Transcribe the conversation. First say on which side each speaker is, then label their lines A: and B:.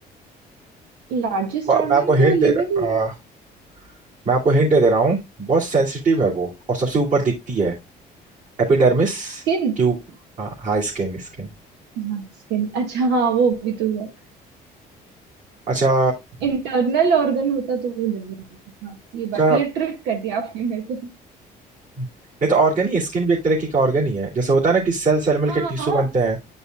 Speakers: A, on the right (about 85°); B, on the right (about 45°).
A: Largest
B: ब-
A: organ
B: मैं आपको
A: <laughs> तो
B: हिंट
A: लिवर
B: दे रहा
A: ही है
B: अ, मैं आपको हिंट दे रहा हूँ बहुत सेंसिटिव है वो और सबसे ऊपर दिखती है एपिडर्मिस
A: स्किन
B: की ऊप हाँ हाँ स्किन स्किन
A: हाँ स्किन अच्छा हाँ वो भी तो हुआ
B: अच्छा
A: इंटरनल ऑर्गन होता तो वो लिवर होता हाँ ये
B: अच्छा
A: बात ये ट्रिक कर दिया आपने मेरे को
B: नहीं तो ऑर्गन ही स्किन भी एक तरह की ऑर्गन ही है जैसे होता है ना कि सेल सेल
A: हाँ
B: मिलकर
A: हाँ
B: टिश्यू
A: हाँ,
B: बनते हैं